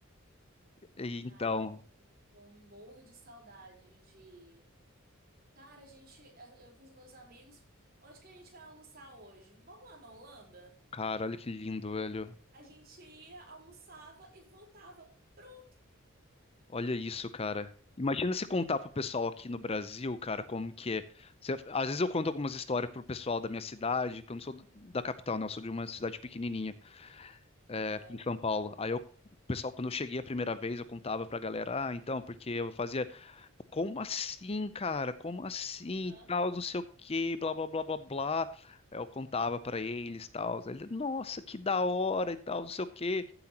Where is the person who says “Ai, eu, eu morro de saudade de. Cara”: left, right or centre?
Right